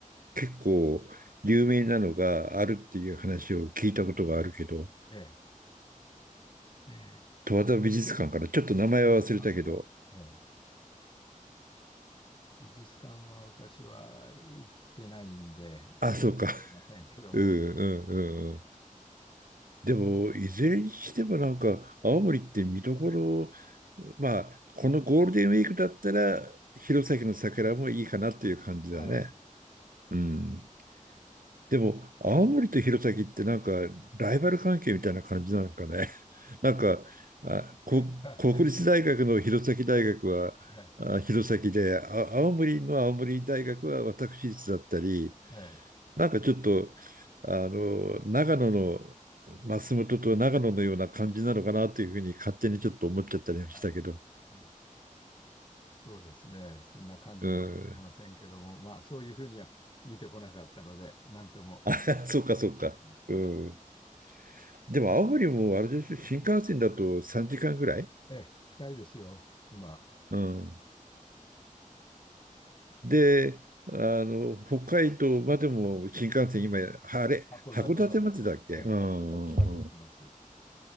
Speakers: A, on the right; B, on the left.
A: 結構有名なのがあるっていう話を聞いたことがあるけど、
B: ええ。ええ。
A: 十和田美術館かなちょっと名前は忘れたけど、
B: あはい。ええ。美術館は私は行ってないんで、
A: あ、
B: ちょっとわかりませんけども、
A: そうか。<laughs> うんうんうんうん。でも、いずれにしてもなんか青森って見どころ、まあ、このゴールデンウィークだったら弘前の桜もいいかなっていう感じだね。
B: はい。
A: うん。でも、青森と弘前ってなんか、ライバル関係みたいな感じなのかね。<laughs> なんか、あ、こ、
B: <laughs> は
A: 国立大学の弘前大学は、
B: い。
A: あ、弘前で、あ、青森の青森大学は私立だったり、
B: ええ。
A: なんかちょっと、あの、長野の松本と長野のような感じなのかなというふうに勝手にちょっと思っちゃったりもしたけど。
B: はい。ええ。そうですね。そんな感じかもしれませんけども、
A: うん。
B: まあ、そういうふうには見てこなかったので、なんとも。
A: <laughs> そうか、
B: なんともね
A: そうか。うん。でも、青森もあれでしょ、新幹線だと3時間ぐらい
B: ええ、近いですよ、今。
A: うん。で、あの、北海道までも新幹線、今、あれ、
B: 函館まで、
A: 函館までだっけうんうんうん。
B: ええ、函館まで行ってます。<laughs>